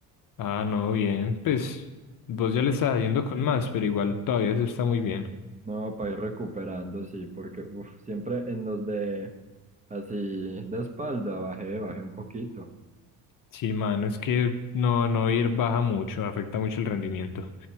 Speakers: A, on the left; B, on the right.
A: Ah, no, bien. Pues vos ya le estás yendo con más, pero igual todavía eso está muy bien.
B: No, para ir recuperando, sí, porque uf, siempre en los de así de espalda bajé, bajé un poquito.
A: Sí, mano, es que no, no ir baja mucho, afecta mucho el rendimiento.